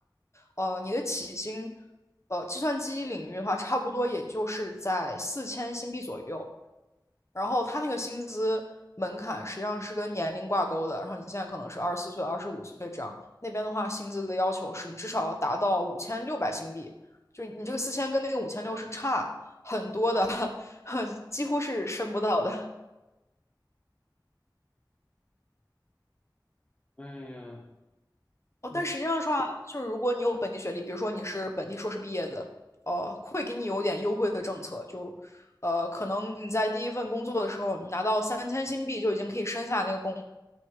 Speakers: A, on the left; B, on the left.
A: 呃，你的起薪，呃，计算机领域的话，差不多也就是在四千新币左右。然后他那个薪资门槛实际上是跟年龄挂钩的，然后你现在可能是二十四岁、二十五岁这样，那边的话薪资的要求是你至少要达到五千六百新币，就是你这个四千跟那个五千六是差很多的，<laughs> 几乎是升不到的。
B: 哎呀，
A: 哦，
B: 那
A: 但实际上说啊，就是如果你有本地学历，比如说你是本地硕士毕业的，呃，会给你有点优惠的政策，就呃，可能你在第一份工作的时候，你拿到三千新币就已经可以申下那个工